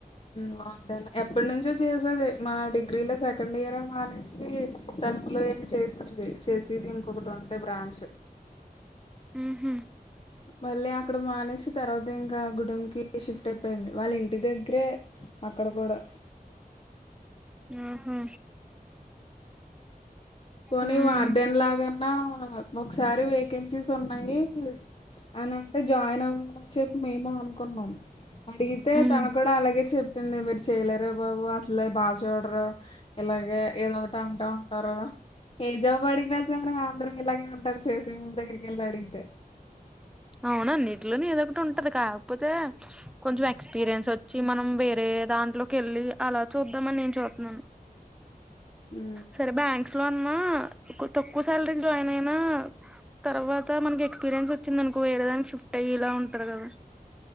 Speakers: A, on the left; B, in the centre.
A: బాగుంటేన్న ఎప్పటి నుంచో చేసేది మా డిగ్రీలో సెకండ్ ఇయర్ మానేసి తణుపులో ఏన్న చేస్తుంది చేసేది ఇంకొకటి ఉంటే బ్రాంచ్
B: ఉహ
A: మళ్ళీ అక్కడ మానేసి తర్వాత ఇంకా గుడెంకిి షిఫ్ట్ అయిపోయింది వాళ్ళ ఇంటి దగ్గరే అక్కడ కూడా
B: ఉహు
A: పోనీ
B: ఉమ్
A: మార్డెన్ లాగాన్నా ఒకసారి వేకెన్సీస్ ఉన్నాయి అనింటే జాయిన్ అవ్వమని చెప్పి మేము అనుకున్నాం అడిగితే
B: ఉమ్
A: తన కూడా అలాగే చెప్ చెింది మీరు చేయలేరే బాబు అసలే బాగా చూడరు ఇలాగే ఏదో అంటా ఉంటారు ఏ జాబు అడిగినస్తేర ఆంందరం ఇలాగా ఉంటారు చేసి మ దగ్గరికి వెళ్లా అడిగితే
B: అవునాన్నిీటిలోనే ఏదొకటి ఉంటది కాకపోతే కొంచెం ఎక్స్పీరియన్స్ వచ్చ వచ్చి మనం వేరే దాంట్లోకి వెళ్ళి అలా చూద్దామని నేను చూస్తున్నాను
A: మ్మ్
B: సరే బ్యా లో అన్నా తక్కువ సాలరీ జాయిన్ అయినా తర్వాత మనకి ఎక్స్పీరియన్స్ వ చిిందనుకో వేరేదాని షిఫ్ట్ అయ్యే ఇలా ఉంటది కదా